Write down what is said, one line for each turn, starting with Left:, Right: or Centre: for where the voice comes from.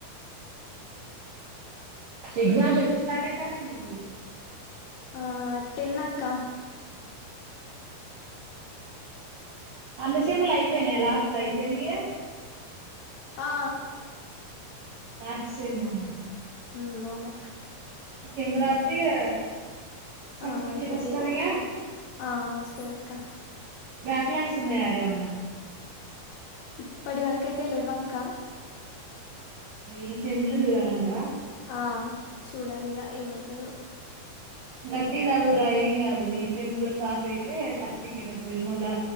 Right: ఎగ్జామ్స్ ఎప్పుడు స్టార్ట్ అయితానయ్ మీకు
Left: ఆ టెన్ అక్క
Right: అన్ని సెమ్లు అయిపోయినాయా లాస్ట్ ఆయితె మియ్యి
Left: ఆ
Right: లాస్ట్ సెమ్ ఆ
Left: ఉమ్... అవునక్క
Right: ఈ సెమ్ రాత్తె ఇగ సర్టిఫికేట్
Left: ఆ అయిపోతాయి
Right: వస్తదిగా
Left: ఆ వస్తది అక్క
Right: బ్యాక్ లాగ్స్ ఉన్నాయా ఏ వన్న
Left: ఇప్పటి వరక అయితే లెవ్వక్క
Right: ఈ సెమ్ లో చూడాలంటవా
Left: ఆ చూడాలిగా ఏమైతదో
Right: గట్టి చదువు రా ఏం కాదు ఈ సెమ్ కూడా పాస్ అయితే సర్టిఫికెట్ వస్తది మళ్ళా